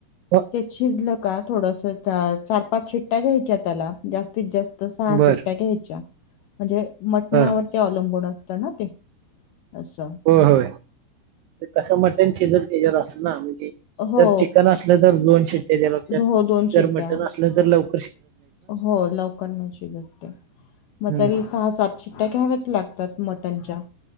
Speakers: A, on the right; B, on the left.
A: हो,
B: त्यात शिजलं का थोडस चार पाच शिट्ट्या घ्यायच्या त्याला जास्तीत जास्त सहा
A: बर
B: शिट्ट्या घ्यायच्या म्हणजे मटणावरती
A: हा
B: अवलंबून असत ना ते असं
A: होय होय. ते कसं मटण शिजल त्याज्या वर असल ना म्हणजे
B: हो
A: जर चिकन असलं तर दोन शिट्टया द्याव्या लागत्यात
B: हो दोन शिट्ट्या
A: जर मटन असलं तर लव -
B: हो लवकर नाही शिजत ते मग
A: हम्म
B: तरी सहा सात शिट्ट्या घ्याव्याच लागतात मटनच्या